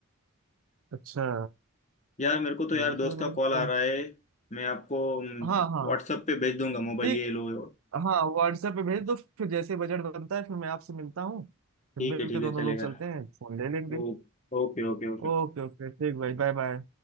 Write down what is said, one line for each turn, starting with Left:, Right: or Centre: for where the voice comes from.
Right: अच्छा
Left: यार मेरे को तो
Right: ठीक
Left: यार दोस्त
Right: है भाई
Left: का कॉल
Right: तो
Left: आ रहा है मैं आपको व्हाट्सएप
Right: हाँ हाँ
Left: पे भेज दूंगा मोबाइल
Right: ठीक
Left: ये लो
Right: हाँ व्हाट्सएप पे भेज दो फिर जैसे बजट बनता है फिर मैं आपसे मिलता हूँ फिर
Left: ठीक
Right: मिल
Left: है ठीक
Right: के दोनों
Left: है चलेगा
Right: लोग चलते हैं फोन ले लेंगे
Left: ओ- ओके ओके ओके
Right: ओके ओके ठीक भाई Bye bye